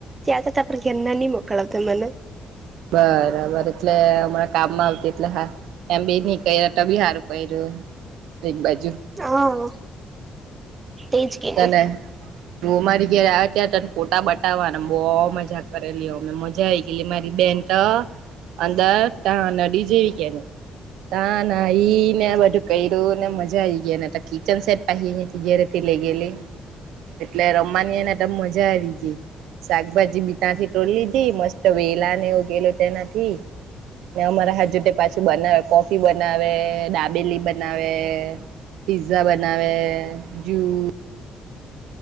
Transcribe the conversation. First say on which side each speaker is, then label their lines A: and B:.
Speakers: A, on the right; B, on the right.
A: તો <unintelligible> ઘરના ની મોકલાવતે મને.
B: બરાબર એટલે હમણાં કામમાં આવતી એટલે હા એમ બી નહ કર બી હારું પયરુ <unintelligible> બાજુ
A: હા. તેજ કે ની
B: તને તું અમારી ઘરે આવે ત્યાંરે તને ફોટા બટ તાવાની બહુ મજા કરેલી અ મજા આવીઈ ગયલી મારી બેન તો અંદર તા નડી જેવી કે ની તા ના હિ ને બધું કર્યું ને મજા આ આવી ગઈ ને કિચન સેટ પાહિ આયાથી ઘરેથી લઈ ગેલી એટલે રમાની ને તમ મજા આવી ગઈ. શાકભાજી બી ત્યાંથી તોડી લીધી મસ્ત વેલા નેવગેલો તેનાથી ને અમારા હાથ જોતે પાછું બનાવે કોફી બનાવે દાબેલી બનાવે. પિઝઝા બનાવે જુસ